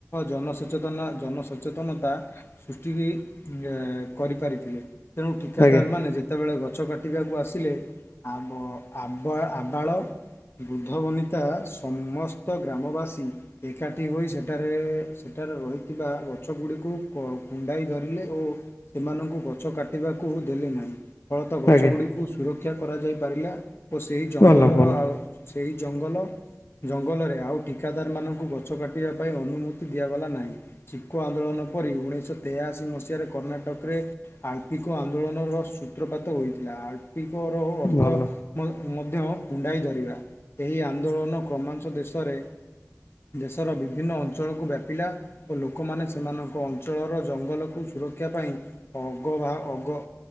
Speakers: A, on the left; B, on the left.
A: ଜନସଚେନା ଜନସଚେତନତା ସୃଷ୍ଟି ଏ କରିପାରିଥିଲେ ତେଣୁ ଠିକାଦାର
B: ଆଜ୍ଞା
A: ମାନେ ଯେ ଯେତେବେଳେ ଗଛ କାଟିବାକୁ ଆସିଲେ ଆବ-ଆବ-ଆବାଳ ବୁଦ୍ଧ ବନିତା ସମସ୍ତ ଗ୍ରାମବାସୀ ଏକାଠି ହୋଇ ସେଠାରେ ସେଠାରେ ରହିଥିବା ଗଛ ଗୁଡିକୁ କ କୁଣ୍ଡାଇ ଧରିଲେ ଓ ସେମାନଙ୍କୁ ଗଛ କାଟିବା କୁ ଦେଲେ ନାହିଁ ଫଳତ ଗଛଗୁଡ଼ିକୁ
B: ଆଜ୍ଞା
A: ସୁରକ୍ଷା କରାଯାଇ ପାରିଲା। ଓ ସେହି ଜଙ୍ଗଲର
B: ଭଲ ଭଲ
A: ଆଉ ସେଇ ଜଙ୍ଗଲ ଜଙ୍ଗଲରେ ଆଉ ଠିକାଦାରମାନଙ୍କୁ ଗଛ କାଟିବା ପାଇଁ ଅନୁମତି ଦିଆଗଲା ନାହିଁ। ଚିପକୋ ଆନ୍ଦୋଳନ ପରି ଉଣେଇଶହ ତେୟାଅଶି ମସିହାରେ କର୍ଣ୍ଣାଟକରେ ଆଳ୍ପିକ କୁ ଆନ୍ଦୋଳନର ସୂତ୍ରପାତ ହୋଇଥିଲା ଆପ୍ଲିକ ର ଅର୍ଥ
B: ଭଲ
A: ମ-ମଧ୍ୟ କୁଣ୍ଡାଇ ଧରିବା ଏହି ଆନ୍ଦୋଳନ କ୍ରମାଂଶ ଦେଶରେ ଦେଶର ବିଭିନ୍ନ ଅଞ୍ଚଳକୁ ବ୍ୟାପିଲା ଓ ଲୋକମାନେ ସେମାନଙ୍କ ଅଞ୍ଚଳର ଜଙ୍ଗଲକୁ ସୁରକ୍ଷା ପାଇଁ ଅଗବାହ ଅଗ